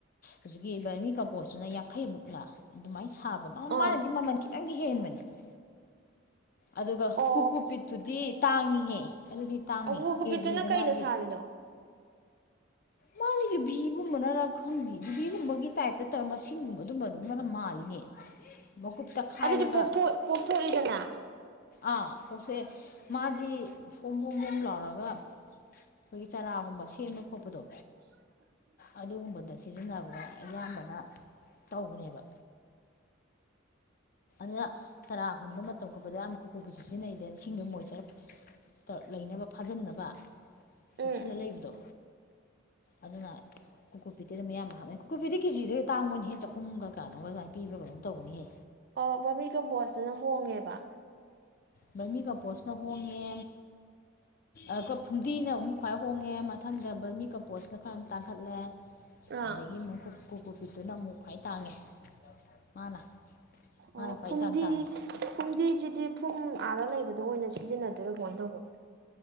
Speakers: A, on the left; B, on the right.
A: ꯍꯧꯖꯤꯛꯀꯤ ꯕꯔꯃꯤ ꯀꯝꯄꯣꯁꯇꯨꯅ ꯌꯥꯡꯈꯩꯃꯨꯛ ꯂꯥꯛ ꯑꯗꯨꯃꯥꯏꯅ ꯁꯥꯕ
B: ꯑꯥ
A: ꯃꯥꯅꯗꯤ ꯃꯃꯜ ꯈꯤꯇꯪꯗꯤ ꯍꯦꯟꯕꯅꯤ <inaudible> <unintelligible> ꯑꯗꯨꯒ
B: ꯑꯣ <inaudible>
A: ꯀꯨꯀꯨ ꯄꯠꯇꯨꯗꯤ ꯇꯥꯡꯉꯤꯍꯦ ꯑꯗꯨꯗꯤ ꯇꯥꯡꯉꯤ
B: ꯑꯕꯣ ꯀꯕꯤꯗꯨꯅ
A: ꯀꯦꯖꯤꯗ
B: ꯀꯩꯅ
A: ꯃꯥꯗꯤ
B: ꯁꯥꯔꯤꯅꯣ
A: ꯃꯥꯅ ꯌꯨꯕꯤꯒꯨꯝꯕꯅꯔ ꯈꯪꯗ ꯌꯨꯕꯤꯒꯨꯝꯕꯒꯤ ꯇꯥꯏꯞꯇ ꯇꯧꯔ ꯃꯁꯤꯡꯒꯨꯝꯕꯗꯨꯝꯕꯗꯨꯕꯅ ꯃꯥꯜꯂꯤꯅꯦ ꯃꯀꯨꯞ ꯇꯛꯈꯥꯏꯔꯒ
B: ꯑꯗꯨꯗꯤ ꯄꯣꯊ ꯄꯣꯛꯞꯊꯣꯛꯏꯗꯅ
A: ꯑꯥ ꯄꯣꯞꯊꯣꯛ ꯑꯦ ꯃꯥꯗꯤ ꯐꯣꯝꯝꯕꯣꯝꯝꯕꯣꯝ ꯂꯥꯎꯔꯒ ꯑꯩꯈꯣꯏꯒꯤ ꯆꯥꯔꯥꯒꯨꯝꯕ ꯁꯦꯝꯕ ꯈꯣꯠꯄꯗꯣ
B: ꯎ <inaudible>
A: ꯑꯗꯨꯒꯨꯝꯕꯗ ꯁꯤꯖꯤꯟꯅꯕꯗ ꯑꯌꯥꯝꯕꯅ ꯇꯧꯕꯅꯦꯕ ꯑꯅ ꯆꯔꯥ ꯍꯨꯟꯕ ꯃꯇꯝ ꯀꯣꯠꯄꯗ ꯌꯥꯝ ꯀꯣꯕꯤꯁꯦ ꯁꯤꯖꯤꯟꯅꯩꯗ ꯏꯁꯤꯡꯗꯣ ꯃꯣꯏꯆꯔ ꯇꯧꯞ ꯂꯩꯅꯕ ꯐꯥꯖꯤꯟꯅꯕ ꯆꯨꯞꯁꯜꯂ
B: ꯎꯝ
A: ꯂꯩꯕꯗꯣ ꯑꯗꯨꯅ ꯀꯀꯄꯤꯇꯗ ꯃꯌꯥꯝ ꯍꯥꯞꯅꯩ ꯈꯨꯀꯨꯞꯄꯤꯗꯤ ꯀꯦꯖꯤꯗꯩ ꯇꯥꯡꯕ ꯅꯤ ꯍꯦ ꯆꯍꯨꯝꯒ ꯀꯥꯟꯅꯣꯒ ꯑꯗꯨꯃꯥꯏ ꯄꯤꯕ꯭ꯔꯒꯅꯣꯝ ꯇꯧꯅꯤꯍꯦ
B: ꯑꯣ ꯕꯣꯝꯃꯤ ꯀꯝꯄꯣꯁꯇꯅ ꯍꯣꯡꯉꯦꯕ
A: ꯕꯔꯃꯤ ꯀꯝꯄꯣꯁꯅ ꯍꯣꯡꯉꯦ ꯑꯗꯨꯒ ꯐꯨꯝꯗꯤꯅ ꯑꯃꯨꯛ ꯈ꯭ꯋꯥꯏ ꯍꯣꯡꯉꯦ ꯃꯊꯪ ꯃꯊꯟꯗ ꯕꯔꯃꯤ ꯀꯝꯄꯣꯁꯅ ꯈꯔ ꯇꯥꯡꯈꯠꯂꯦ
B: ꯑꯥ
A: ꯑꯗꯨꯗꯒꯤ ꯑꯃꯨꯛ ꯀꯀꯨꯀꯨꯞꯄꯤꯠꯇꯨꯅ ꯑꯃꯨꯛ ꯈ꯭ꯋꯥꯏ ꯇꯥꯡꯉꯦ ꯃꯥꯅ ꯃꯥꯅ
B: ꯑꯣ
A: ꯈ꯭ꯋꯥꯏ
B: ꯐꯨꯝꯗꯤ
A: ꯏꯇꯥꯡ ꯇꯥꯡꯉꯦ
B: ꯐꯨꯝꯗꯤꯗꯨꯗꯤ ꯐꯨꯝ ꯑꯥꯗ ꯂꯩꯕꯗꯣ ꯑꯣꯏꯅ ꯁꯤꯖꯤꯟꯅꯗꯣꯏꯔꯥ ꯀꯃꯥꯏꯅ ꯇꯧꯕꯅꯣ